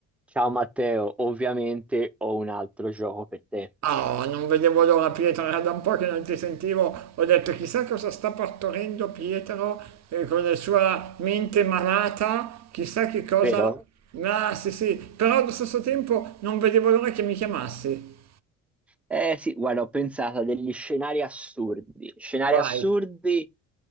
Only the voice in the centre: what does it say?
Ciao Matteo, ovviamente ho un altro gioco per te,
vero?
Eh sì, guarda, ho pensato a degli scenari assurdi, scenari
assurdi